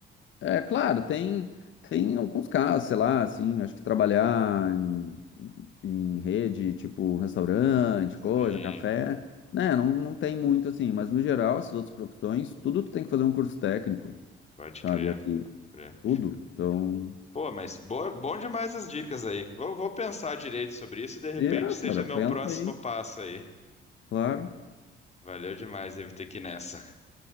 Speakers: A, on the left (about 70°); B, on the left (about 35°).
A: é claro, tem tem alguns casos, sei lá, assim, acho que trabalhar em, em rede, tipo restaurante, coisa,
B: Sim,
A: café, né, não,
B: Hum,
A: não tem muito assim, mas no geral, essas outras profissões, tudo tu tem que fazer um curso técnico.
B: pode
A: sabe?
B: crer,
A: Aqui,
B: crer.
A: tudo. Então,
B: Pô, mas boa, bom demais as dicas aí. Vou, vou pensar direito sobre isso e de repente
A: é,
B: seja
A: cara,
B: meu
A: pensa
B: próximo
A: aí,
B: passo aí.
A: claro.
B: Valeu demais, devo ter que ir nessa. <laughs>